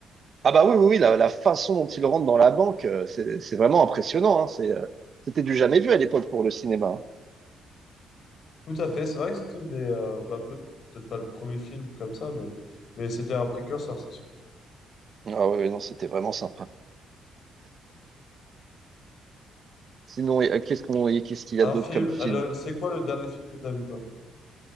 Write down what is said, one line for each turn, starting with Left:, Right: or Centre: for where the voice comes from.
Right: ah bah oui, oui, oui, la, la façon dont il rentre dans la banque, euh, c'est, c'est vraiment impressionnant. hein. C'est, euh, c'était du jamais vu à l'époque pour le cinéma. hein.
Left: Tout à fait, c'est vrai que c'était une des, euh, bah, peu- peut-être pas le premier film comme ça, mais, mais c'était un précurseur, c'est sûr.
Right: Ah oui, oui, non, c'était vraiment sympa. Sinon, euh, qu'est-ce qu'on, et qu'est-ce qu'il y
Left: Un
Right: a d'autre
Left: film,
Right: comme film?
Left: le- c'est quoi le dernier film que tu as vu toi?